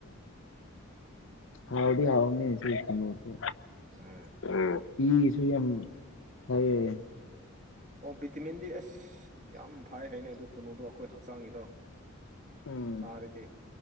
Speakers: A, on the left (about 65°); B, on the right (about 40°).
A: ꯍꯥꯎꯗꯤ ꯍꯥꯎꯔꯝꯅꯤ ꯁꯤ ꯈꯨꯅꯨꯁꯨ
B: ꯎꯝ
A: ꯑꯝ ꯃꯤꯒꯤꯁꯨ ꯌꯥꯝ ꯐꯩꯌꯦ
B: ꯑꯣ ꯚꯤꯇꯤꯃꯤꯟꯗꯤ ꯑꯁ ꯌꯥꯝ ꯐꯥꯏ ꯍꯥꯏꯅꯦ ꯑꯗꯨ ꯈꯨꯅꯨꯗꯣ ꯑꯩꯈꯣꯏ ꯍꯛꯆꯥꯡꯒꯤꯗꯣ
A: ꯎꯝ
B: ꯆꯥꯔꯗꯤ